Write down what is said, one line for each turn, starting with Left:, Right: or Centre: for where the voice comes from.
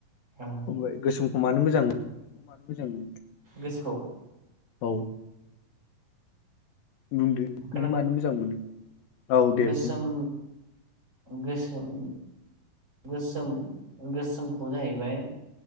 Right: औ
Left: आमफाय गोसोमखौ मानो मोजां मोनो
Right: गोसखौ
Left: औ बुंदो
Right: खोनादों
Left: नों मानो मोजां मोनो औ दे
Right: गोसोम
Left: बुं
Right: गोसोम गोसोम गोसोमखौ जाहैबाय